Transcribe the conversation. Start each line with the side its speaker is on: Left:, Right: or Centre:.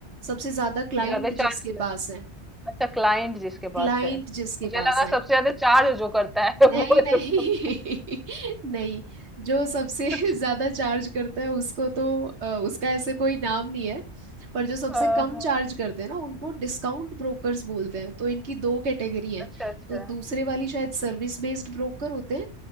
Right: सबसे ज्यादा क्लाइंट
Centre: जो ज्यादा चार्ज
Right: जिसके पास है
Centre: अच्छा क्लाइंट जिसके
Right: क्लाइंट
Centre: पास है
Right: जिसके
Centre: मुझे
Right: पास
Centre: लगा
Right: है
Centre: सबसे ज्यादा चार्ज जो करता है <laughs>
Right: नहीं
Centre: वो सबसे
Right: नहीं
Centre: सब सब-
Right: <laughs> नहीं जो सबसे <laughs>
Centre: कुछ
Right: ज्यादा चार्ज करता है उसको तो अ, उसका ऐसे कोई नाम नहीं है पर जो सबसे
Centre: आहा,
Right: कम चार्ज करते हैं ना उनको डिस्काउंट ब्रोकर्स बोलते हैं तो इनकी दो कैटेगरी हैं
Centre: अच्छा अच्छा
Right: तो दूसरे वाली शायद सर्विस बेस्ड ब्रोकर होते हैं